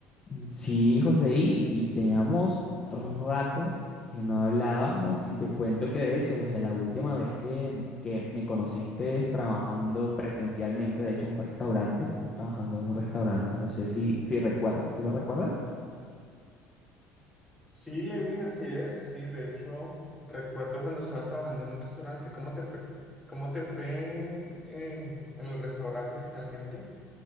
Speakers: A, on the left (about 15°); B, in the centre.
A: Mm, Sí, José, y, y teníamos rato que no hablábamos y te cuento que de hecho desde la última vez que, que me conociste trabajando presencialmente, de hecho en un restaurante, estuve trabajando en un restaurante, no sé si, si recuerdas, ¿sí lo recuerdas?
B: Sí, Lewin, así es. Sí, de hecho, recuerdo cuando estabas trabajando en un restaurante, ¿cómo te fue? ¿Cómo te fue en, en el restaurante finalmente?